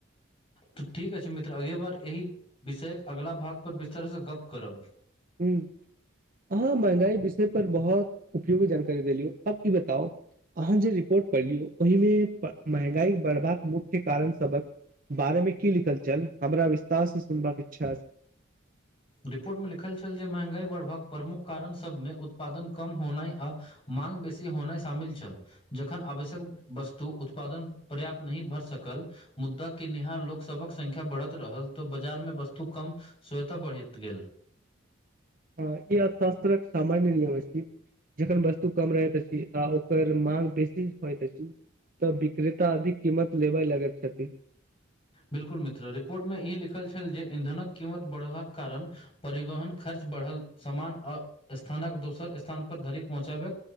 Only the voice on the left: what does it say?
तऽ ठीक अछि मित्र अगे बार एहि विषयक अगला भाग पर विस्तार से गप करब।
रिपोर्टमे लिखल छल जे महंगाई बढ़बाक प्रमुख कारण सभमे उत्पादन कम होनाइ आ माँग बेसी होनाइ शामिल छल। जखन आवश्यक वस्तु उत्पादन पर्याप्त नहि भ सकल मुद्दा किनिहान लोक सभक संख्या बढ़त रहल तऽ बाजार मे वस्तु कम स्वेता बढ़त त गेल।
बिलकुल मित्र रिपोर्टमे ई लिखल छल जे ईंधनक कीमत बढ़लक कारण परिवहन खर्च बढ़ल समान आ स्थानक दोसर स्थानपर धरि पहुँचाबै